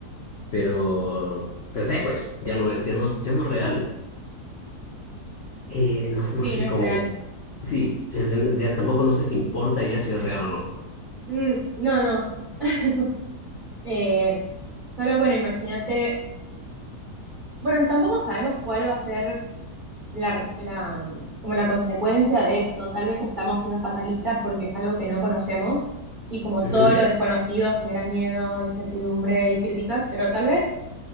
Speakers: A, on the left (about 75°); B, on the right (about 55°).
A: Pero, no sé, pues, ya no es, ya no, es- ya no es real. Eh, no,
B: Sí,
A: no sé
B: no es
A: cómo,
B: real.
A: sí, es que ya tampoco no sé si importa ya si es real o
B: Mm, no, no. <laughs> Eh, solo, bueno, imagínate. Bueno, tampoco sabemos cuál va a ser la, la, mm, como la consecuencia de esto. Tal vez estamos siendo fatalistas porque es algo que no conocemos. Y como
A: no.
B: todo lo desconocido genera miedo, incertidumbre y críticas, pero tal vez